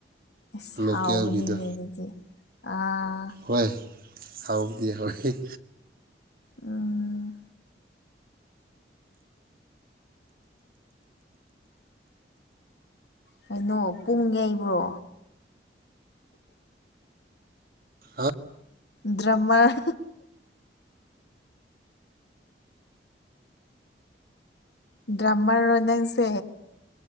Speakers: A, on the left; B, on the right.
A: ꯏꯁ
B: ꯂꯣꯀꯦꯜꯒꯤꯗꯣ
A: ꯍꯥꯎꯕꯅꯤꯅꯦ ꯑꯗꯨꯗꯤ ꯑꯥ
B: ꯍꯣꯏ ꯍꯥꯎꯕꯗꯤ ꯍꯣꯏ
A: ꯎꯝ ꯀꯩꯅꯣ ꯄꯨꯡ ꯌꯩꯕ꯭ꯔꯣ
B: ꯑꯥ
A: ꯗ꯭ꯔꯥꯃꯔ ꯗ꯭ꯔꯥꯃꯔ ꯔꯣ ꯅꯪꯁꯦ